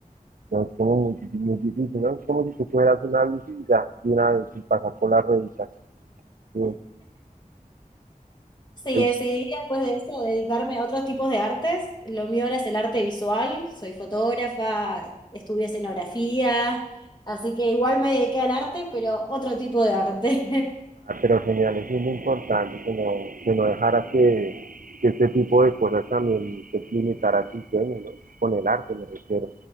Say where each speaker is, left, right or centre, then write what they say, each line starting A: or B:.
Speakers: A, on the right (about 75°); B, on the left (about 30°).
A: no es como muy, muy difícil, ¿no? Es como si tú fueras una bici y ya, de una vez sin pasar por las rueditas. Sí,
B: Sí,
A: ahí
B: decidí después de eso dedicarme a otros tipos de artes. Lo mío ahora es el arte visual, soy fotógrafa, estudié escenografía, así que igual me dediqué al arte, pero otro tipo de arte.
A: Ah, pero genial, eso es lo importante, que no, que no dejara que, que este tipo de cosas también se limitara a sus sueños, ¿no? con el arte me refiero.